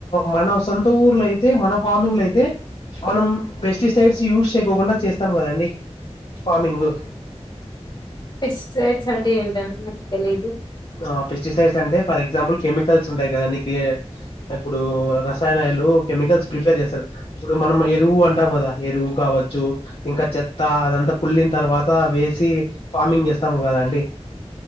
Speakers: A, on the left; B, on the left.
A: మన సొంత ఊర్లో అయితే మన ఫార్మింగ్ లో అయితే మనం పెస్టిసైడ్స్ యూజ్ చేయ కుండా చేస్తాం కదండి ఫార్మింగు
B: పెస్టిసైడ్స్ అంటే ఏంటండి నాకు తెలీదు
A: ఆ! పెస్టిసైడ్స్ అంటే ఫర్ ఎగ్జాంపుల్ కెమికల్స్ ఉంటయి కదండి కే ఇప్పుడు రసాయనాలు కెమికల్స్ ప్రిపేర్ చేస్తారు ఇప్పుడు మనం ఎరువు అంటాం కదా ఎరువు కావ చ్చు ఇంకా చెత్త అదంతా కుళ్లిన తర్వాత వేసి ఫార్మింగ్ చేస్తాం కదండి